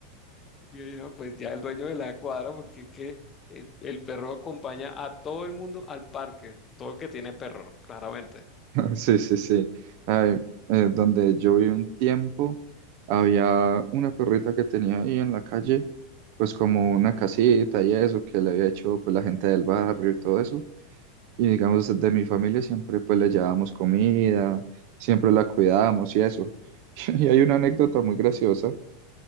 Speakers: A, on the left (about 20°); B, on the right (about 45°).
A: Y yo, "No, pues ya el dueño de la cuadra, porque es que el, el perro acompaña a todo el mundo al parque, todo el que tiene perro, claramente.
B: Sí, sí, sí. Ay, eh, donde yo viví un tiempo, había una perrita que tenía ahí en la calle, pues como una casita y eso, que le había hecho pues, la gente del barrio y todo eso. Y digamos, de mi familia siempre pues le llevábamos comida, siempre la cuidábamos y eso. <laughs> Y hay una anécdota muy graciosa,